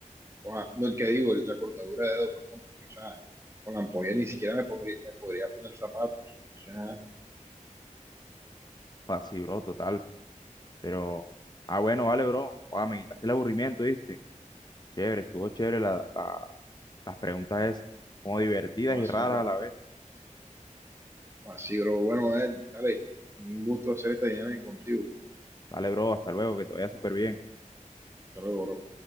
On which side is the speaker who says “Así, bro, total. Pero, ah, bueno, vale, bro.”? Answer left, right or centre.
Left